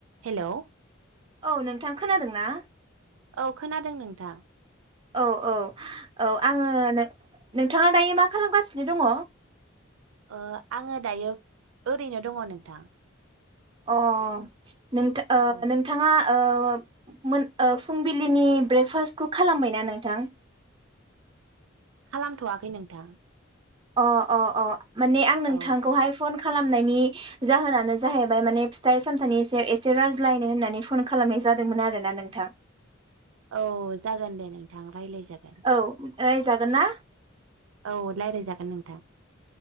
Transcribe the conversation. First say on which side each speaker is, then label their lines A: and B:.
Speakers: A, on the right (about 80°); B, on the right (about 25°).
A: हेल'
B: औ नोंथां खोनादों ना
A: औ खोनादों नोंथां
B: औ औ औ आङो नोंथाङा दायो मा खालामगासिनो दङ?
A: ओ आङो दायो ओरैनो दङ नोंथां
B: अ नोंथ ओ
A: औ
B: नोंथाङा ओ मोन फुंबिलिनि ब्रेकफास्टखौ खालामबायना नोंथां?
A: खालामथ'वाखै नोंथां
B: अ अ अ माने आं नोंथांखौहाय
A: औ
B: फन खालामनायनि जाहोनानो जाहैबाय माने फिथाइ सामथाइनि एसे एसे रायज्लायनो होननानै फन खालामनाय जादोंमोन आरोना नोंथां
A: औ जागोन दे नोंथां रायलाय जागोन
B: औ रायजागोन ना
A: औ-औ रायलायजागोन नोंथां।